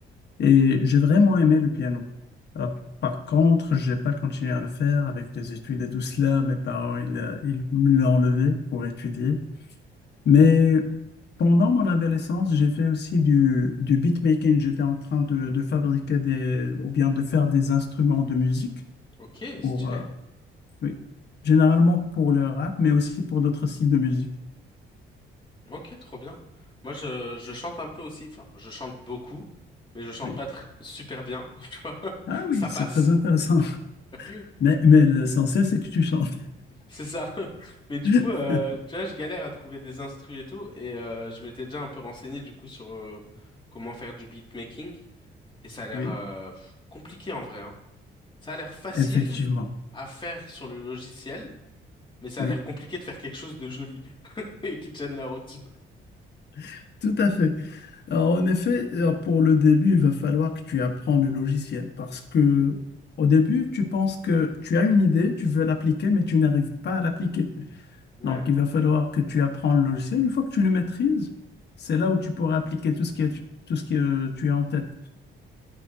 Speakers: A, on the left; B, on the left.
A: et j'ai vraiment aimé le piano. Euh, par contre, j'ai pas continué à le faire avec les études et tout cela. Mes parents, ils, euh, ils me l'ont enlevé pour étudier. Mais pendant mon adolescence, j'ai fait aussi du, du beatmaking. J'étais en train de, de fabriquer des, ou bien de faire des instruments de musique
B: Ok, stylé.
A: pour, euh, oui. Généralement pour le rap, mais aussi pour d'autres styles de musique.
B: Ok, trop bien. Moi, je, je chante un peu aussi. Enfin, je chante beaucoup, mais je chante
A: Oui.
B: pas tr- super bien. <laughs> Tu vois,
A: Ah oui,
B: ça passe.
A: c'est très intéressant.
B: <laughs>
A: Mais, mais l'essentiel, c'est que tu chantes.
B: C'est ça. <laughs> Mais du
A: <laughs>
B: coup, euh, tu vois, je galère à trouver des instrus et tout, et euh, je m'étais déjà un peu renseigné du coup sur euh, comment faire du beatmaking, et ça a l'air
A: Oui,
B: euh, pff, compliqué en vrai, hein. Ça a l'air facile
A: effectivement.
B: à faire sur le logiciel, mais ça
A: Oui,
B: a l'air compliqué de faire quelque chose de joli <laughs> et qui tienne la route.
A: <laughs> tout à fait. Alors, en effet, alors, pour le début, il va falloir que tu apprennes le logiciel parce que au début, tu penses que tu as une idée, tu veux l'appliquer, mais tu n'arrives pas à l'appliquer.
B: Ouais.
A: Donc, il va falloir que tu apprennes le logiciel. Une fois que tu le maîtrises, c'est là où tu pourras appliquer tout ce qui est- tout ce que tu as en tête.